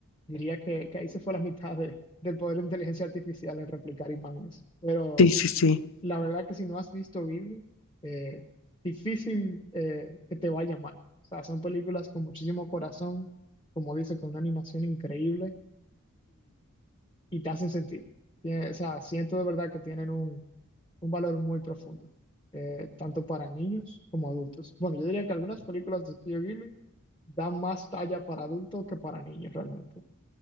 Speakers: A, on the left; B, on the left.
A: diría que, que ahí se fue la mitad de- del poder de inteligencia artificial en replicar imágenes. Pero
B: Sí, sí, sí.
A: la verdad que si no has visto Ghibli, eh, difícil eh, que te vaya mal. O sea, son películas con muchísimo corazón, como dice, con una animación increíble y te hacen sentir. Tiene- o sea, siento de verdad que tienen un, un valor muy profundo, eh, tanto para niños como adultos. Bueno, yo diría que algunas películas de Studio Ghibli dan más talla para adultos que para niños realmente.